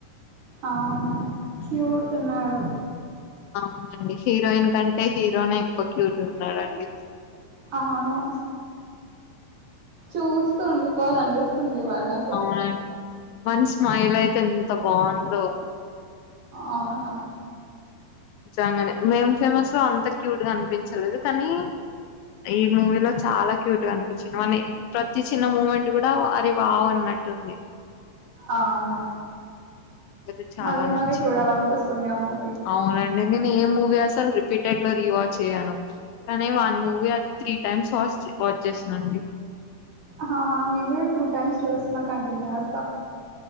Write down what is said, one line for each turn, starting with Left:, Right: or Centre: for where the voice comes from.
Right: అవును క్యూట్ ఉన్నాడు
Left: అవునండి హీరోయిన్ కంటే హీరోనే ఎక్కువ క్యూట్ ఉన్నాడండి
Right: అవును చూస్తు ఉండి పోవాలనిపిస్తుంది వాడిన
Left: అవునండి వాని స్మైల్ అయితే ఎంత బాగుందో
Right: అవున
Left: నిజంగానే మేం ఫేమస్ లో అంత క్యూట్ గా అనిపించలేదు కనీ ఈ మూవీ లో చాలా క్యూట్ గా అనిపించింది వాని ప్రతి చిన్న మూమెంట్ కూడా అరె వావ్ అన్నట్టుంది
Right: అవును
Left: అయితే చాలా
Right: మళ్ళీ
Left: నచ్చిందండి
Right: మళ్ళీ చూడాలనిపిస్తుంది ఆ మూవీ
Left: అవునండి నేను ఏం మూవీ అసలు రిపీటెడ్ లో రీవాచ్ చేయ్యను కానీ వాన్ మూవీ అది త్రీ టైమ్స్ వాస్ వాచ్ చేసినండి
Right: హా నేను కూడా టూ టైమ్స్ చూసిన కంటిన్యూస్ గా